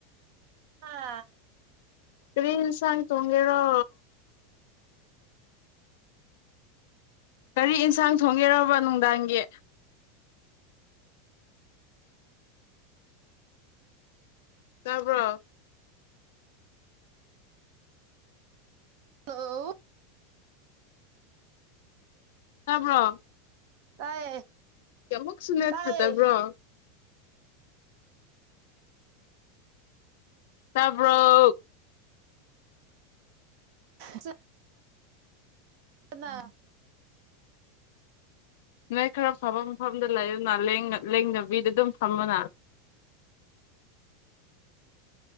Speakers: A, on the right; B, on the left.
A: ꯍꯥꯥ
B: ꯐꯔꯤꯟꯁꯥꯡ ꯇꯨꯡꯉꯦꯔ ꯀꯔꯤ ꯌꯦꯟꯁꯥꯡ ꯊꯣꯡꯒꯦꯔꯕ ꯅꯨꯡꯗꯥꯡꯒꯤ ꯇꯕ꯭ꯔꯣ
A: ꯍꯜꯂꯣ
B: ꯆꯥꯕ꯭ꯔꯣ
A: ꯇꯥꯏꯌꯦ
B: ꯀꯌꯥꯃꯨꯛ ꯁꯨꯅ
A: ꯇꯥꯏꯌꯦ
B: ꯐꯗꯕ꯭ꯔꯣ ꯇꯔꯕꯣ
A: ꯆ ꯄꯨꯅꯥ
B: ꯅꯣꯏ ꯈꯔ ꯐꯕ ꯃꯐꯝꯗ ꯂꯩ ꯑꯗꯨꯅ ꯂꯦꯡꯗꯕꯤꯗ ꯑꯗꯨꯝ ꯐꯝꯕꯅ
A: ꯑ